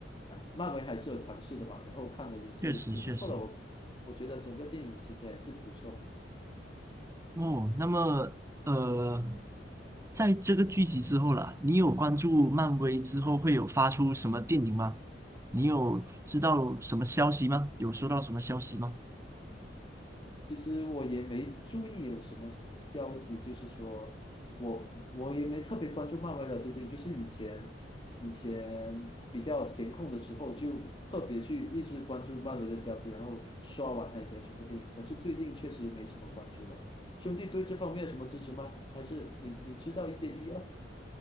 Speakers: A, on the left; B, on the right.
A: 漫威还是有尝试的嘛，然后看的也是挺不错的。
B: 确实确实。
A: 我我觉得整个电影其实还是不错的。
B: 哦，那么呃，在这个剧集之后啦，你有关注漫威之后会有发出什么电影吗？你有知道什么消息吗？有收到什么消息吗？
A: 其实我也没注意有什么消息，就是说我我也没特别关注漫威了。最近就是以前以前比较闲空的时候，就特别去一直关注漫威的消息，然后刷完他以前什么电影。可是最近确实没什么关注了。兄弟对这方面有什么支持吗？还是你你知道一些一二，